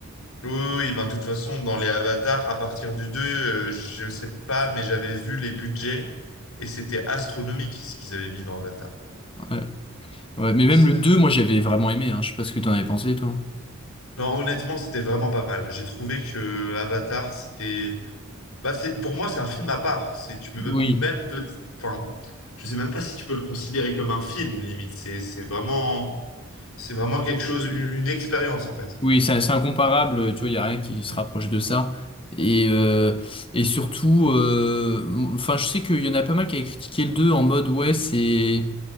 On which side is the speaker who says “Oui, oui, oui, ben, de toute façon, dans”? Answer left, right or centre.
Left